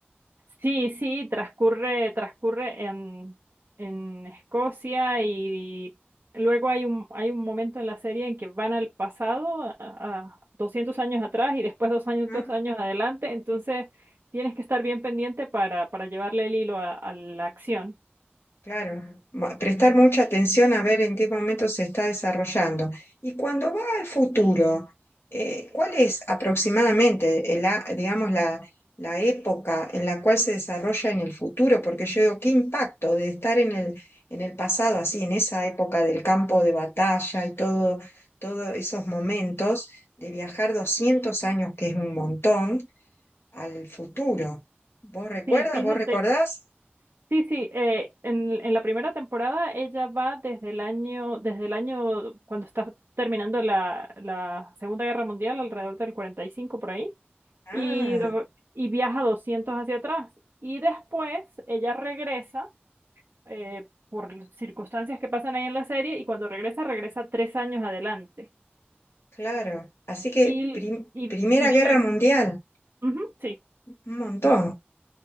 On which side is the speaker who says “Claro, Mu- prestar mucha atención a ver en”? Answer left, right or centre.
Left